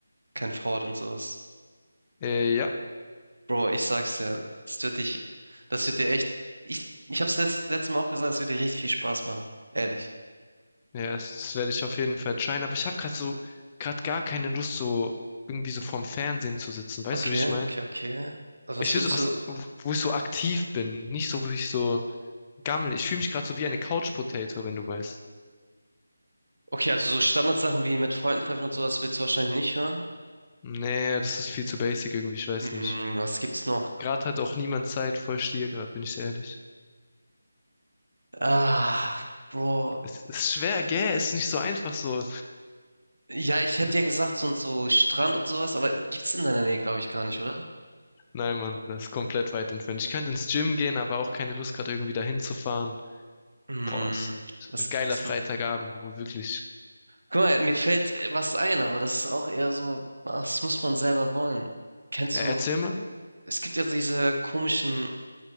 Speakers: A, on the right (about 70°); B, on the left (about 20°).
A: keine Frau hat und sowas.
B: Äh, ja,
A: Bro, ich sag's dir, das wird dich, das wird dir echt, ich, ich hab's letzt, letztes Mal auch gesagt, es wird dir richtig viel Spaß machen. Ehrlich.
B: ja, das, das werde ich auf jeden Fall tryen. Aber ich habe gerade so, gerade gar keine Lust, so irgendwie so vorm Fernsehen zu sitzen. Weißt
A: Okay,
B: du, wie ich
A: okay,
B: meine?
A: okay. Also
B: Ich
A: was würdest
B: will so was,
A: du,
B: wo wo ich so aktiv bin. Nicht so, wo ich so gammel. Ich fühle mich gerade so wie eine Couch Potato, wenn du weißt.
A: okay, also so Standardsachen wie mit Freunden treffen und sowas willst du wahrscheinlich nicht hören.
B: Nee, das ist viel zu basic irgendwie, ich weiß
A: Hm,
B: nicht.
A: was gibt's noch?
B: Gerade hat auch niemand Zeit, voll Stier gerade, bin ich sehr ehrlich.
A: Ah, Bro.
B: Es ist schwer, gell? Es ist nicht so einfach so.
A: Ja, ich hätte
B: <laughs>
A: ja gesagt, so und so Strand und sowas, aber gibt's in deiner Nähe, glaube ich, gar nicht, oder?
B: Nein, Mann, Bruder, das ist komplett weit entfernt. Ich könnte ins Gym gehen, aber auch keine Lust, gerade irgendwie dahin zu fahren.
A: Hm,
B: Boah, es ist
A: was
B: ein geiler
A: gibt's
B: Freitagabend,
A: noch?
B: wo wirklich.
A: Guck mal, mir fällt was ein, aber das ist auch eher so, ah, das muss man selber wollen. Kennst
B: Ja,
A: du,
B: erzähl mal,
A: es gibt ja diese komischen